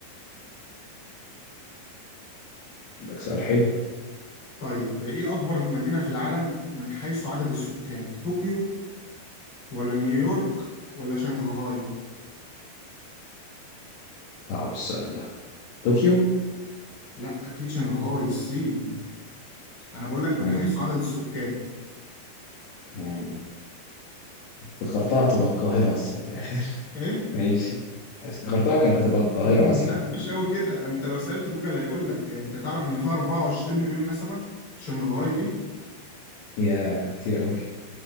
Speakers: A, on the left (about 75°); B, on the left (about 30°).
A: عندك سؤال حلو
B: طيب إيه أكبر مدينة في العالم من حيث عدد السكان؟ طوكيو ولا نيويورك ولا شنغهاي؟
A: صعب السؤال ده طوكيو
B: لا أكيد شنغهاي الصين انا بقول لك
A: مم.
B: من حيث عدد السكان
A: يعني افتكرتها تبقى القاهرة أصلا في الآخر
B: ايه
A: ماشي افتكرتها كانت هتبقى القاهرة
B: <laughs>
A: أصلا
B: لا مش قوي كده ده انت لو سألت جوجل هيقول لك يعني انت تعرف ان فيها 24 مليون نسمة شنغهاي دي
A: يا ده كتير أوي